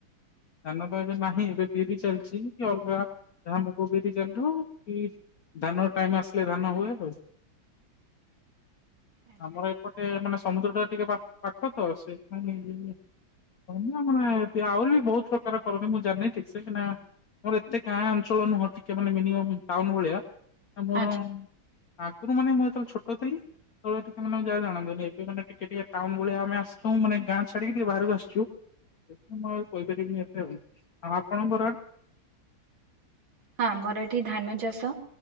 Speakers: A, on the left; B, on the right.
A: ଧାନ ତ
B: ଆଚ୍ଛା
A: ଏବେ ନାହିଁ ଏବେ ବିରି ଚାଲିଛି। ଅଲଗା ଯାହା ମୁଗ ବିରି ଚାଲିଥିବ କି ଧାନର ଟାଇମ ଆସିଲେ ଧାନ ହୁଏ ଆଉ।
B: ଆଚ୍ଛା
A: ଆମର ଏପଟେ ମାନେ ସମୁଦ୍ର ଟା ଟିକେ ପାଖ ତ ସେ କ ମାନେ ଆହୁରି ବି ବହୁତ ପ୍ରକାର କରନ୍ତିି ମୁଁ ଜାଣିନି ଠିକ ସେ କାନା ଆମର ଏତେ ଗାଁ ଅଞ୍ଚଳ ନୁହଁ ଟିକେ ମାନେ ମିନିମମ୍ ଟାଉନ ଭଳିଆ। ମୋର
B: ଆଚ୍ଛା।
A: ଆଗରୁ ମାନେ ମୁଁ ଯେତେବେଳେ ଛୋଟ ଥିଲି ସେତବେଳେ ଟିକେ ମାନେ ଯାହା ଜାଣନି ମାନେ ଟିକେ ଟିକେ ଟାଉନ ଭଳିଆ ଆମେ ଆସିଲଉ ମାନେ ଗାଁ ଛାଡିକି ଟିକେ ବାହକୁ ଆସିଛୁ। ସେଥି ମୁଁ କହିପାରିବିନି ଏତେ ଆଉ ଆପଣଙ୍କର
B: ହଁ ଆମର ଏଠି ଧାନ ଚାଷ